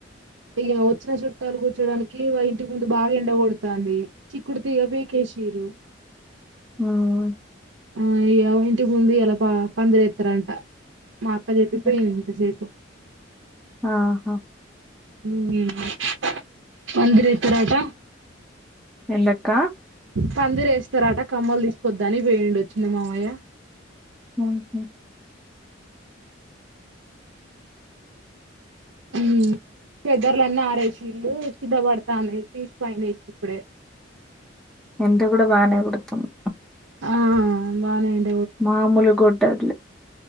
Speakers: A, on the right (about 80°); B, in the centre.
A: ఇగ వచ్చిన చుట్టాలు కూర్చోడానికి ఇంటి ముందు బాగా ఎండగొడుతంది చిక్కుడు తీగా పికేేసారు
B: మ్మ్ హ్
A: ఆ ఇగా ఇంటి ముందు ఇయలా పందరి వేస్తారంట మా అక్క చెప్పిపోయింది
B: ఎండక-
A: ఇంతసేపు
B: ఆహా
A: మ్మ్ హ్హ్ పందిరి ఎత్తారట
B: ఎంది అక్క
A: పందిరెస్తారట కమ్మలు తీసుకురావడానికి పోయిండు చిన్న మామయ్య
B: మ్మ్ హ్
A: మ్మ్ చేద్దర్లాన్ని ఆరేషీల్లు కిందబడుతన్నాయ్ తీసి పైన వేసినా ఇప్పుడే
B: ఎండ కూడా బానే కొడుతుంది
A: ఆ బాగానే వేడి
B: మామూలుగా కొట్టట్లే